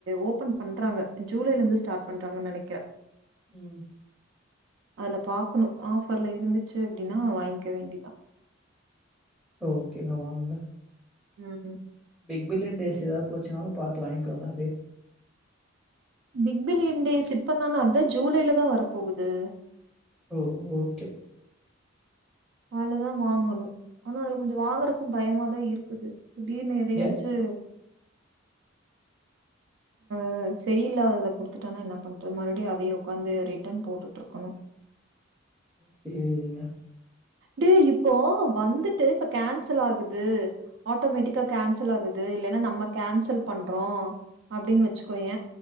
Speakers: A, on the right (about 60°); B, in the centre.
A: ஓபன் பண்றாங்க ஜூலைல இருந்து ஸ்டார்ட் பண்றாங்கனு நெனைக்கறே
B: ம்
A: அதுல பாக்கணு ஆஃபர்ல இருந்துச்சு அப்டின்னா வாங்கிக்க வேண்டிதா
B: ஓகேங்க வாங்குங்க
A: ம்
B: பிக் பில்லியன் டேஸ் ஏதாது போச்சுனாலு பாத்து வாங்கிக்கோங்காே அப்டியே
A: பிக் பில்லியன் டேஸ் இப்பந்தான அதா ஜூலைல தா வர போகுது
B: ஓ ஓகே
A: அலதா வாங்கணு ஆனா அதுல கொஞ்ச வாங்கறக்கு பயமாதா இருக்குது திடீர்னு எதையாச்சு
B: ஏ
A: ம் சரியில்லாதத குடுத்துட்டானா என்ன பண்ற மறுபடியு அதையே உக்காந்து ரிட்டன் போட்டுட்டு இருக்கணு
B: சேரிங்க
A: டே இப்போ வந்துட்டு இப்ப கேன்சல் ஆகுது ஆட்டோமேட்டிக்கா கேன்சல் ஆகுது இல்லன்னா நம்ம கேன்சல் பண்றோ அப்படின் வச் சுக்கோய